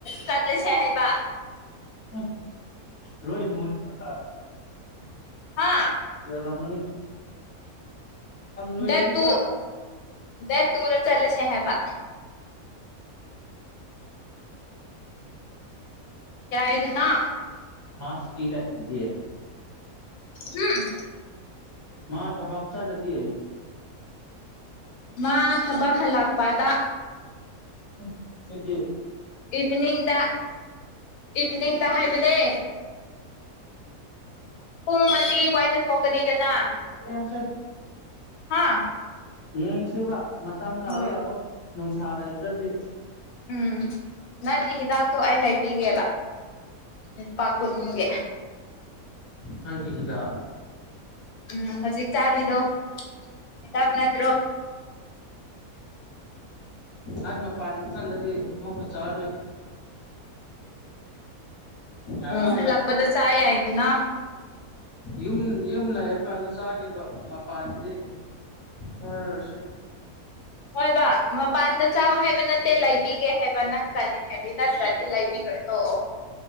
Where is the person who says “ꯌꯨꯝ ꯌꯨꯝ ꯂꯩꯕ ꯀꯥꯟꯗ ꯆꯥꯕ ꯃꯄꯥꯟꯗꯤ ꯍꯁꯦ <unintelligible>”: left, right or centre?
Left